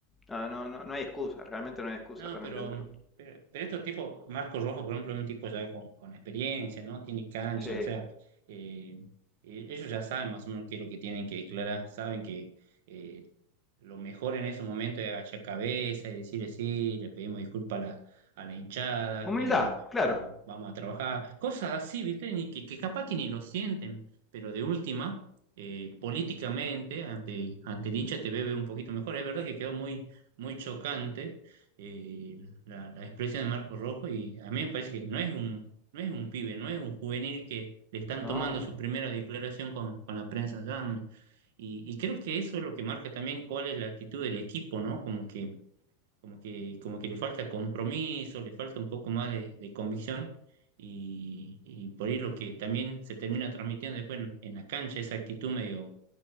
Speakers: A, on the left (about 15°); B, on the right (about 65°).
A: no, no, no, no hay excusa, realmente no hay excusa
B: No,
A: para
B: pero,
A: entenderlo.
B: pero, pero estos tipos, Marco Rojo, por ejemplo, es un tipo ya con, con experiencia, ¿no? Tiene cancha,
A: Sí.
B: o sea, eh, eh, ellos ya saben más o menos qué es lo que tienen que declarar, saben que eh, lo mejor en ese momento es agachar cabeza y decirle sí, le pedimos disculpas a la, a la hinchada,
A: Humildad,
B: eh,
A: claro.
B: pero vamos a trabajar, cosas así, ¿viste? Ni que, que capaz que ni lo sienten, pero de última, eh, políticamente, ante, ante el hincha te ve ve un poquito mejor. Es verdad que quedó muy, muy chocante eh, la, la expresión de Marco Rojo y a mí me parece que no es un, no es un pibe, no es un juvenil que le están
A: No.
B: tomando su primera declaración con, con la prensa. ya, mm, Y, y creo que eso es lo que marca también cuál es la actitud del equipo, ¿no? Como que, como que, como que le falta compromiso, le falta un poco más de, de convicción. Y, y por ahí lo que también se termina transmitiendo después en, en la cancha, esa actitud medio,